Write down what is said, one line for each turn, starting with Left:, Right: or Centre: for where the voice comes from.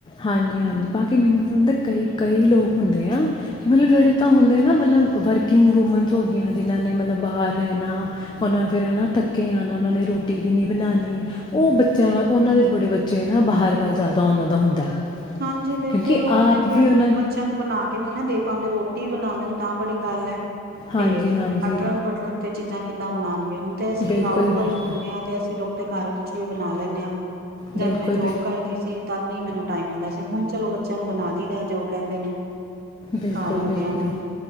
Left: ਹਾਂਜੀ ਹਾਂਜੀ ਬਾਕੀ ਮੈਨੂੰ ਲੱਗਦਾ ਕਈ ਕਈ ਲੋਕ ਹੁੰਦੇ ਆ ਕਿ ਮਤਲਬ ਜਿਹੜੇ ਤਾਂ ਹੁੰਦੇ ਆ ਨਾ ਮਤਲਬ ਵਰਕਿੰਗ ਵੂਮਨਸ ਹੋ ਗਈਆਂ ਜਿਹਨਾਂ ਨੇ ਮਤਲਬ ਬਾਹਰ ਰਹਿਣਾ ਉਹ ਫਿਰ ਨਾ ਧੱਕੇ ਆਉਣਾ ਉਹਨਾਂ ਨੇ ਰੋਟੀ ਵੀ ਨਹੀਂੀ ਬਣਾਉਣੀ ਉਹ ਬੱਚਿਆਂ ਨਾਲ ਉਹਨਾਂ ਦੇ ਥੋੜ੍ਹੇ ਬੇ ਜੇ ਨਾ ਬਾਹਰ ਵੱਲ ਜ਼ਿਆਦਾ ਉਹਨਾਂ ਦਾ ਹੁੰਦਾ
Right: ਹਾਂਜੀ ਬਿਲਕੁਲ
Left: ਕਿਉਂਕਿ
Right: ਉਹ
Left: ਆਪ
Right: ਤੇ
Left: ਵੀ
Right: ਫਿਰ
Left: ਉਹਨਾਂ ਨੇ
Right: ਬੱਚਿਆਂ ਨੂੰ ਬਣਾ ਕੇ ਨਹੀਂ ਨਾ ਦੇ ਪਾਂਦੇ ਰੋਟੀ ਰੋਟੀ ਬਣਾ ਦੇਣ ਤਾਂ ਬੜੀ ਗੱਲ ਹੈ
Left: ਹਾਂਜੀ
Right: ਤੇ
Left: ਹਾਂਜੀ
Right: ਅਟਲਣ ਟਟਲਣ ਤੇ ਚੀਜ਼ਾਂ ਕਿੱਦਾਂ ਬਨਾਣਗੇ ਹੁਣ ਤੇ ਅਸੀਂ
Left: ਬਿਲਕੁਲ
Right: ਹਾਊਸ ਵਾਈਫ
Left: ਬਿਲਕੁਲ
Right: ਹੁਣੇ ਆ ਤੇ ਅਸੀਂ ਲੋਕ ਤੇ ਘਰ ਕੁਛ ਵੀ ਬਣਾ ਲੈਣੇ ਆ ਜਦ
Left: ਬਿਲਕੁਲ ਬਿਲਕੁਲ
Right: ਮੈਂ ਜੋਬ ਕਰਦੀ ਸੀ ਤਦ ਨਹੀਂ ਮੈਨੂੰ ਟਾਈਮ ਮਿਲਦਾ ਸੀ ਹੁਣ ਚਲੋ ਬੱਚਿਆਂ ਨੂੰ ਬਣਾ ਦਈਦਾ ਜੋ ਕਹਿੰਦੇ ਨੇ
Left: ਬਿਲਕੁਲ
Right: ਘਰ ਹੁੰਦੇ
Left: ਬਿਲਕੁਲ
Right: ਆ ਤੇ